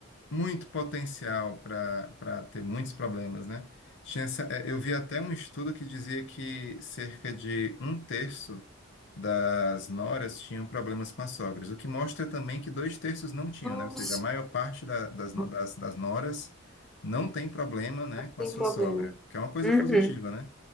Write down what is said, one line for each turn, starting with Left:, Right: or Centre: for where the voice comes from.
Left: muito potencial para para ter muitos problemas, né? Tinha essa- eh, eu vi até um estudo que dizia que cerca de um terço das noras tinham problemas com as sogras, o que mostra também que dois terços não tinham,
Centre: Nossa,
Left: né? Ou seja, a maior parte da- das, no-
Centre: não
Left: das, das noras não tem problema, né, com
Centre: tem
Left: a sua
Centre: problema.
Left: sogra, que é uma coisa
Centre: Uhum,
Left: positiva, né?